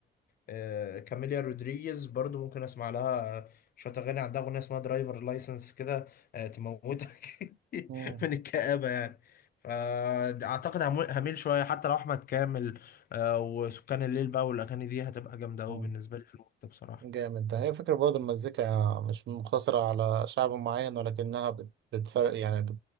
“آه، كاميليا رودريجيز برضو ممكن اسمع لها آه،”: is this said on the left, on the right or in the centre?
Left